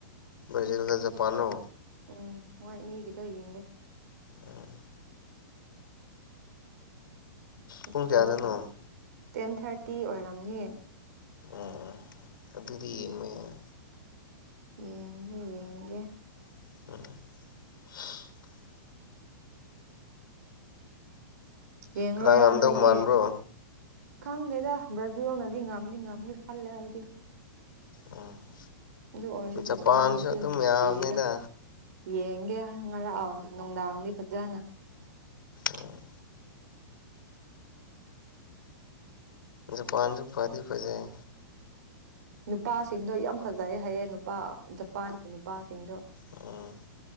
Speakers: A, on the left; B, on the right.
A: ꯕ꯭ꯔꯥꯖꯤꯜꯒ ꯖꯥꯄꯥꯟꯂꯣ
B: ꯎꯝ ꯃꯣꯏ ꯑꯅꯤꯒꯤꯗꯣ ꯌꯦꯡꯒꯦ
A: ꯎꯝ
B: ꯕ꯭ꯔꯥꯖꯤꯜꯒ
A: ꯄꯨꯡ ꯀꯌꯥꯗꯅꯣ
B: ꯇꯦꯟ ꯊꯔꯇꯤ ꯑꯣꯏꯔꯝꯅꯤ
A: ꯎꯝ ꯑꯗꯨꯗꯤ ꯌꯦꯡꯕ ꯌꯥꯏ
B: ꯌꯦꯡꯕ ꯌꯦꯡꯒꯦ
A: <unintelligible>
B: ꯌꯦꯡ
A: ꯀꯅꯥ
B: ꯂꯣꯏꯔꯥ
A: ꯉꯝꯗꯧ
B: ꯅꯣꯏꯗꯤ
A: ꯃꯥꯟꯕ꯭ꯔꯣ
B: ꯈꯪꯗꯦꯗ ꯕ꯭ꯔꯥꯖꯤꯜꯅꯗꯤ ꯉꯝꯅꯤ ꯉꯝꯅꯤ ꯈꯜꯂꯦ ꯑꯩꯗꯤ
A: ꯎꯝ
B: ꯑꯗꯨ ꯑꯣꯏꯔꯁꯨ
A: ꯖꯄꯥꯟꯁꯨ
B: ꯖꯄꯥꯟꯕꯨꯁꯨ
A: ꯑꯗꯨꯝ
B: ꯅꯨꯡꯁꯤꯗ
A: ꯌꯥꯕꯅꯤꯗ
B: ꯌꯦꯡꯒꯦ ꯉꯔꯥꯡ ꯅꯨꯡꯗꯥꯡꯗꯤ ꯐꯖꯅ
A: ꯎꯝ ꯖꯄꯥꯟꯁꯨ ꯐꯗꯤ ꯐꯖꯩ
B: ꯅꯨꯄꯥꯁꯤꯡꯗꯣ ꯌꯥꯝ ꯐꯖꯩ ꯍꯥꯏꯌꯦ ꯅꯨꯄꯥ ꯖꯄꯥꯟꯒꯤ ꯅꯨꯄꯥꯁꯤꯡꯗꯣ
A: ꯎꯝ